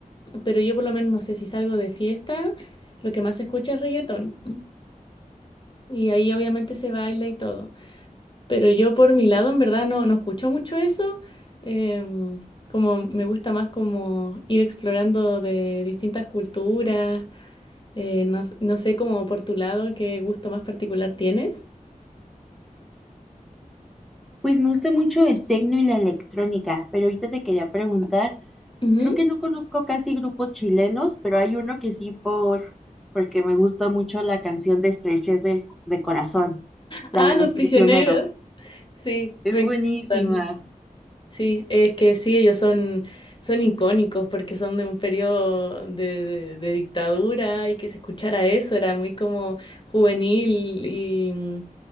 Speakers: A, on the left (about 35°); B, in the centre.
A: pero yo por lo menos no sé si salgo de fiesta, lo que más se escucha es reggaetón. Y ahí obviamente se baila y todo. Pero yo por mi lado en verdad no, no escucho mucho eso. em, como me gusta más como ir explorando de distintas culturas. eh, no, s- no sé como por tu lado qué gusto más particular tienes.
B: Pues me gusta mucho el tecno y la electrónica, pero ahorita te quería preguntar,
A: Ujú.
B: creo que no conozco casi grupos chilenos, pero hay uno que sí por, porque me gusta mucho la canción de Estrechez de, de Corazón,
A: Ah,
B: la de
A: los
B: los
A: prisioneros.
B: prisioneros.
A: Sí,
B: Es
A: me
B: buenísima.
A: encantan. Sí, es que sí, ellos son, son icónicos porque son de un periodo de, de- de dictadura y que se escuchara eso era muy como juvenil y, mm,